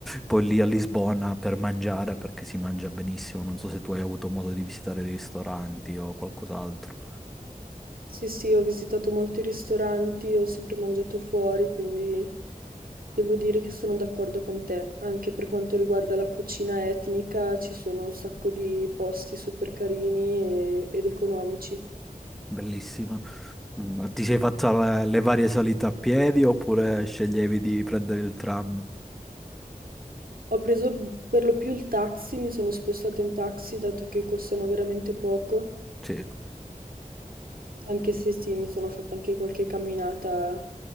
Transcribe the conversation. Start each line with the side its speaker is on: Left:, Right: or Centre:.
Centre: poi lì a Lisbona per mangiare perché si mangia benissimo. Non so se tu hai avuto modo di visitare i ristoranti o qualcos'altro.
Right: Sì, sì, ho visitato molti ristoranti, ho sempre mangiato fuori, quindi devo dire che sono d'accordo con te. Anche per quanto riguarda la cucina etnica, ci sono un sacco di posti super carini e- ed economici.
Centre: Bellissima. Mm, ma ti sei fatta la- le varie salite a piedi oppure sceglievi di prendere il tram?
Right: Ho preso per lo più il taxi, mi sono spostata in taxi dato che costano veramente poco,
Centre: Sì.
Right: anche se sì, mi sono fatta anche qualche camminata